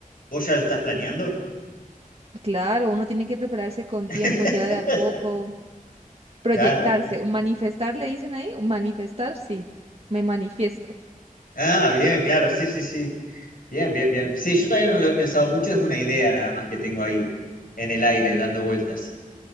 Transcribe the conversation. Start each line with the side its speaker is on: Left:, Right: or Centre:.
Left: ¿Vos ya lo estás planeando?
Right: Claro, uno tiene que prepararse con
Left: <laughs>
Right: tiempo, ya de a poco, proyectarse,
Left: Claro.
Right: un manifestar, le dicen ahí, un manifestar, sí, me manifiesto.
Left: Ah, bien, claro, sí, sí, sí. Bien, bien, bien. Sí, yo todavía no lo he pensado mucho, es una idea nada más que tengo ahí en el aire dando vueltas.